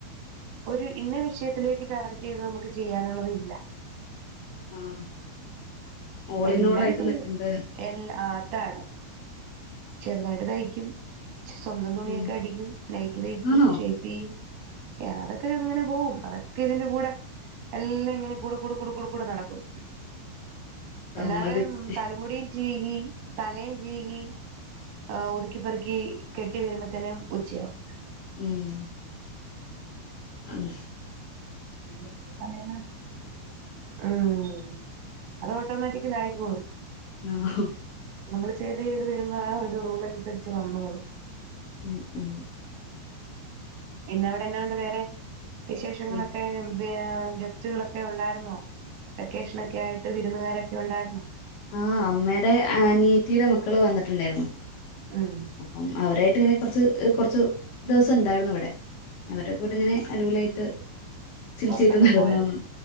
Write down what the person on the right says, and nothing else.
ഒരു ഇന്ന വിഷയത്തിലേക്ക് ടാർഗറ്റ് ചെയ്ത് നമുക്ക് ചെയ്യാനുള്ളതില്ല
എല്ലാം ചെയ്യും
എല് ആത്താണ് ചെറ്തായിട്ട് തയ്ക്കും സ്വന്തം തുണിയൊക്കെ
അടിക്കും നൈറ്റി തയ്ക്കും
ഷേപ്പിയ്യും അതൊക്കെ ഇങ്ങനെ പോവും അതൊക്കെ ഇതിന്റെ കൂടെ എല്ലാം ഇങ്ങനെ കൂടെ കൂടെ കൂടെ കൂടെ കൂടെ നടക്കും
എല്ലാരേയും തലമുടിയും ചീകി, തലേം ചീകി, ആ ഒതുക്കിപ്പെർക്കി കെട്ടി വരുമ്പത്തെനും ഉച്ചയാവും.
അങ്ങനെ സമയങ്ങള ഉം അത് ഓട്ടോമാറ്റിക്കലായിക്കോളും
നമ്മള് ചെയ്ത് ചെയ്ത് വരുമ്പോ ആ ഒരു റൂൾ അൻസര്ച്ച് വന്നോളും
പിന്നെ അവിടെന്നാ ഉണ്ട് വേറെ വിശേഷങ്ങളൊക്കെ
വേ ഗസ്റ്റുകളൊക്കെ ഉണ്ടായിരുന്നോ വെക്കേഷൻ ഒക്കെ ആയിട്ട് വിരുന്നുകാരൊ ക്കെ ഉണ്ടായിരുന്നൊ
ഉം
പൊറത്തൊക്കെ
പോയോ